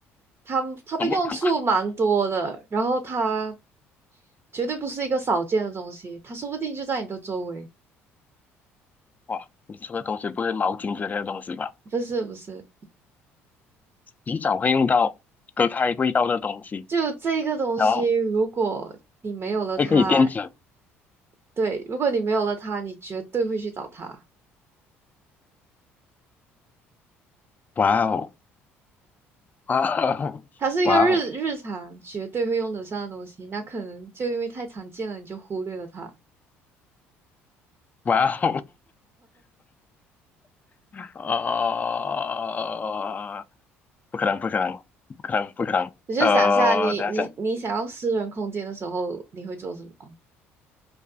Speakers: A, on the right; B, on the left.
A: 它它的用处蛮多的，
B: 懂不懂？
A: 然后它绝对不是一个少见的东西，它说不定就在你的周围。
B: 哇，你说的东西不是毛巾之类的东西吧？
A: 不是不是，
B: 洗澡会用到隔开味道的东西，
A: 就这个东西，
B: 然后
A: 如果你没有了它，
B: 还可以垫纸。
A: 对，如果你没有了它，你绝对会去找它。
B: 哇哦，哇哦，
A: 它是一个日日常绝对会用得上的东西，
B: 哇哦，
A: 那可能就因为太常见了，你就忽略了它。
B: 哇哦，<laughs> 呃，不可能，不可能，不可能，不可能。
A: 你就想一下你，
B: 呃，等一下。
A: 你你想要私人空间的时候，你会做什么？